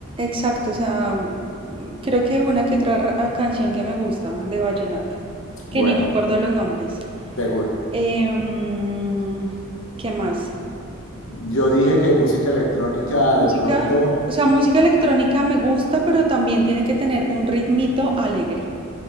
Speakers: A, on the right; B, on the left.
A: Exacto, o sea, mm, creo que una que otra ra- ah, canción que me gusta de vallenato, que
B: bueno,
A: ni me acuerdo los nombres.
B: seguro.
A: Em, ¿qué más?
B: Yo dije que música electrónica
A: Música,
B: de pronto,
A: o sea, música electrónica me gusta, pero también tiene que tener un ritmito alegre.